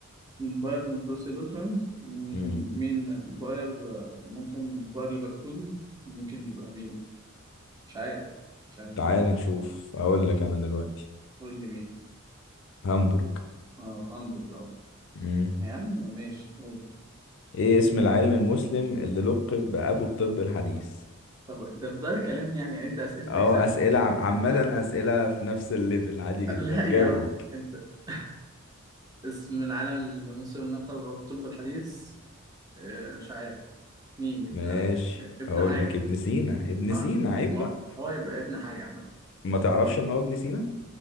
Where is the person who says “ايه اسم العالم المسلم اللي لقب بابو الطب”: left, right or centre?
Left